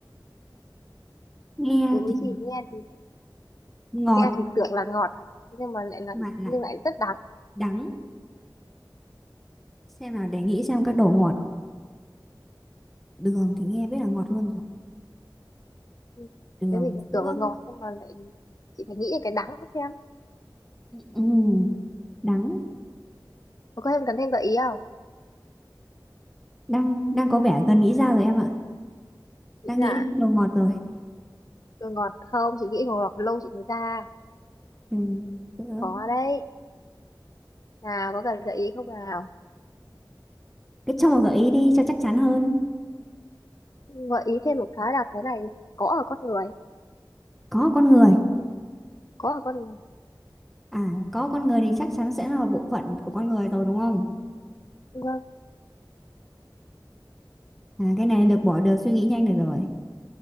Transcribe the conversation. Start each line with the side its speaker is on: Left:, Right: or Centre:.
Centre: Nghe
Left: túi
Centre: thì
Left: gì nghe thì
Centre: ngọt
Left: nghe thì tưởng là ngọt nhưng mà lại là
Centre: mà lại
Left: nhưng lại rất đắng
Centre: đắng. Xem nào để nghĩ xem các đồ ngọt. Đường thì nghe biết là ngọt luôn rồi.
Left: Ừ,
Centre: Đường,
Left: cái gì
Centre: sữa.
Left: tưởng là ngọt nhưng mà lại chị phải nghĩ đến cái đắng xem
Centre: Ừ, đắng
Left: Mà có em cần thêm gợi ý không
Centre: đang đang có vẻ gần nghĩ ra rồi em ạ
Left: nghĩ
Centre: đang
Left: là
Centre: nghĩ đến đồ ngọt rồi
Left: rồi ngọt không chị nghĩ ngọt lâu chị mới ra
Centre: ừ. Được.
Left: có đấy nào có cần gợi ý không nào
Centre: cứ cho một gợi ý đi cho chắc chắn hơn
Left: gợi ý thêm một cái là cái này có ở con người
Centre: có con người
Left: có ở con người
Centre: à có con người thì chắc chắn sẽ là một bộ phận của con người rồi đúng không
Left: vâng
Centre: à cái này lược bỏ được suy nghĩ nhanh được rồi